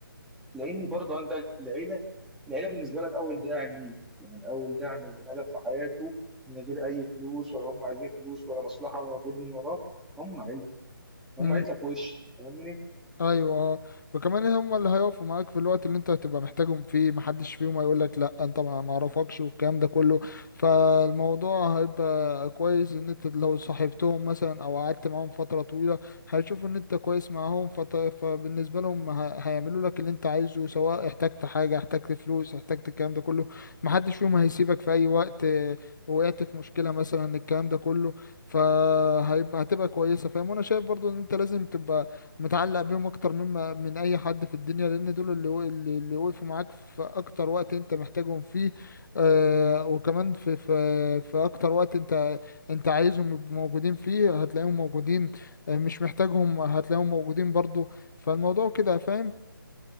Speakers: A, in the centre; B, on the left.
A: لان برضه عندك العيله العيله بالنسبه لك اول داعم ليه يعني اول داعم للبني ادم في حياته من غير اي فلوس ولا هم عايزين فلوس ولا مصلحه ولا مجهود وراه هم عيلتك هم
B: مم.
A: عيلتك وش فاهمني
B: ايوه اه وكمان هم اللي هيقفوا معاك في الوقت اللي انت هتبقى محتاجهم فيه محدش فيهم هيقول لك لا انت ما ما اعرفكش والكلام ده كله فالموضوع هيبقى كويس ان انت لو صاحبتهم مثلا او قعدت معاهم فترة طويلة هيشوفوا ان انت كويس معاهم فط... فبالنسبة لهم ه... هيعملوا لك اللي انت عايزه سواء احتجت حاجة احتجت فلوس احتجت الكلام ده كله محدش فيهم هيسيبك في اي وقت آه، وقعت في مشكلة مثلا الكلام ده كله فهيبقى هتبقى كويسة فاهم وانا شايف برضو ان انت لازم تبقى متعلق بيهم اكتر مما من اي حد في الدنيا لان دول اللي و- اللي اللي وقفوا معاك في اكتر وقت انت محتاجهم فيه آه وكمان في في في اكتر وقت انت انت عايزهم يبقوا موجودين فيه هتلاقيهم موجودين آه مش محتاجهم هتلاقيهم موجودين برضو فالموضوع كده فاهم